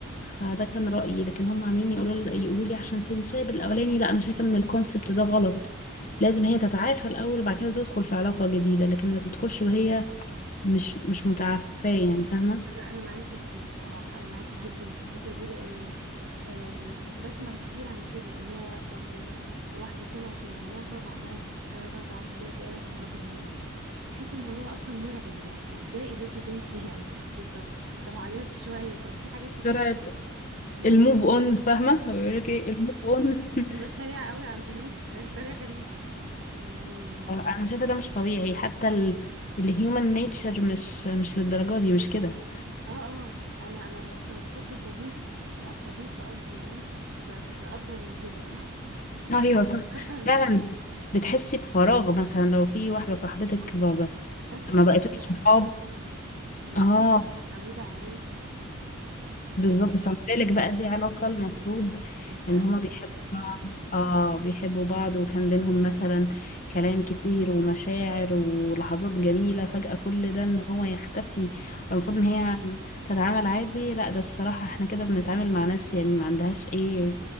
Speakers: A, on the left; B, on the right.
A: فده كان رأيي لكن هم عاملين يقولوا يقولوا لي عشان تنساه بالاولاني لا انا شايفه ان الكونسبت ده غلط لازم هي تتعافى الاول وبعد كده تدخل في علاقه جديده لكن ما تدخلش وهي مش مش متعافاه يعني فاهمه
B: انا انا معاكي في دي بصراحه انا معاكي جدا في الحته دي لانه أم، بسمع كتير عن كده ان هو طب آه، واحده طلعت من علاقه بعدها بتلات اربع اسابيع تلاقيها في علاقه تانية بحس الموضوع اصلا مرعب يعني ازاي قدرتي تنسي يعني انتي طب طب عيطي شويه طب في حاجات كتير
A: جرعة
B: لا- ي-
A: الموف اون فاهمه بيقول لك ايه الموف اون <laughs>
B: بيبقى سريع قوي عند ناس غير طريقه غريبه يعني
A: انا شايفه ده مش طبيعي حتى ال... الهيومن نيتشر مش مش للدرجه دي مش كده
B: اه اه انا انا ممكن اتخطى صديق او صديقة قصدي يعني في, في اطول من كده
A: ايوه صح
B: <laughs> اطول
A: فعلا بتحسي بفراغ مثلا لو في واحده صاحبتك
B: صح
A: ما
B: اختفت
A: ما
B: فترة
A: بقتوش صحاب
B: اختفت روتين
A: اه
B: متعودة عليه فحارب
A: بالظبط فما بالك بقى دي علاقه المفروض
B: مستقبلية
A: ان هما بيحبوا
B: وبتاع.
A: بعض اه بيحبوا بعض وكان بينهم مثلا كلام كتير ومشاعر ولحظات جميله فجاه كل ده ان هو يختفي والمفروض ان هي تتعامل عادي لا ده الصراحه احنا كده بنتعامل مع ناس يعني ما عندهاش ايه